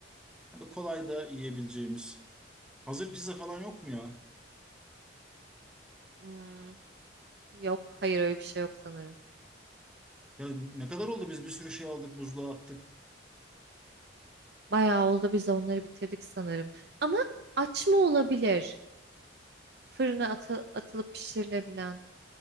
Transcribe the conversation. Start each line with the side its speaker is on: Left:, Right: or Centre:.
Centre: Böyle kolay da yiyebileceğimiz. Hazır pizza falan yok mu ya?
Right: Hmm, yok, hayır öyle bir şey yok sanırım.
Centre: Ya ne kadar oldu biz bir sürü şey aldık, buzluğa attık.
Right: Bayağı oldu biz de onları bitirdik sanırım. Ama açma olabilir. Fırına atı- atılıp pişirilebilen.